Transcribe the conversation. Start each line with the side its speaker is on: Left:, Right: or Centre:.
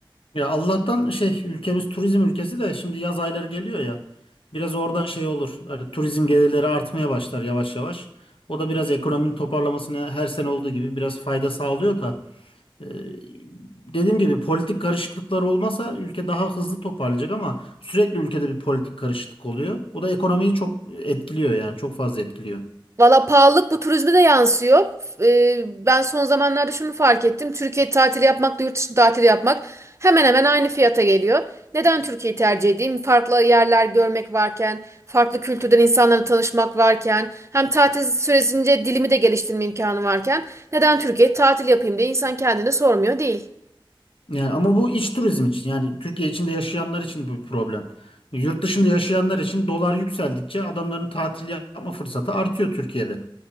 Left: Ya Allah'tan şey ülkemiz turizm ülkesi de şimdi yaz ayları geliyor ya. Biraz oradan şey olur. Hani turizm gelirleri artmaya başlar yavaş yavaş. O da biraz ekonominin toparlamasına her sene olduğu gibi biraz fayda sağlıyor da. Ee, dediğim gibi politik karışıklıklar olmasa ülke daha hızlı toparlayacak ama sürekli ülkede bir politik karışıklık oluyor. O da ekonomiyi çok etkiliyor yani çok fazla etkiliyor.
Right: Valla pahalılık bu turizme de yansıyor. Ee, ben son zamanlarda şunu fark ettim. Türkiye tatili yapmakla yurt dışı tatili yapmak hemen hemen aynı fiyata geliyor. Neden Türkiye'yi tercih edeyim? Farklı yerler görmek varken, farklı kültürden insanlarla tanışmak varken, hem tatil süresince dilimi de geliştirme imkanı varken, neden Türkiye'ye tatil yapayım diye insan kendini sormuyor değil.
Left: Yani ama bu iç turizm için yani Türkiye içinde yaşayanlar için bu bir problem. Yurt dışında yaşayanlar için dolar yükseldikçe adamların tatil yapma fırsatı artıyor Türkiye'de.